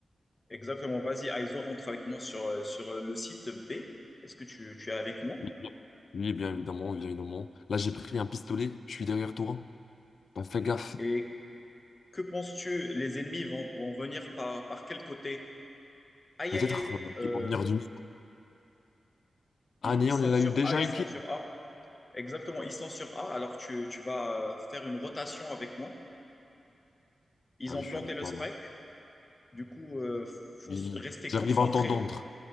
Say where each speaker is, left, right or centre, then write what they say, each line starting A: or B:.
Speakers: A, on the left; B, on the left.
A: Exactement, vas-y, Aizo, rentre avec moi sur, euh, sur euh, le site B. Est-ce que tu, tu es avec moi?
B: Oui, bien oui, bien évidemment, bien évidemment. Là, j'ai pris un pistolet, je suis derrière toi. Bah, fais gaffe.
A: Et que penses-tu? Les ennemis vont, vont venir par, par quel côté? Aïe,
B: Peut-être
A: aïe, aïe.
B: euh,
A: Euh,
B: qu'ils vont venir du mid.
A: ils,
B: Ah, néant,
A: ils sont
B: il
A: sur
B: a eu déjà
A: A, ils
B: une
A: sont
B: kill.
A: sur A. Exactement, ils sont sur A, alors tu, tu vas euh, faire une rotation avec moi. Ils
B: Ah
A: ont
B: oui, je
A: planté
B: suis avec
A: le
B: toi
A: spike,
B: là.
A: du coup, il faut
B: Oui.
A: s- rester
B: J'arrive
A: concentré.
B: à entendre,